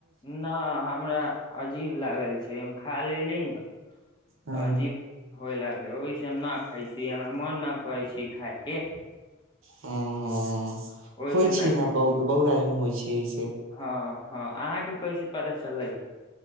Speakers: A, on the left (about 25°); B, on the right (about 80°).
A: ना हमरा अजीब लागल छै हम खा लेलीय नऽ। तऽ
B: हँ
A: अजीब होए लागलै ओहिस हम नै खाय छी हमरा मन नै करै छी। खायके
B: हँ हँ
A: ओहिसे
B: होय
A: न
B: छै ने
A: खाइ
B: बहुत
A: छी
B: बहुत आदमी होय छै ऐसे
A: हँ, हँ आहाँके कैसे पता चललै?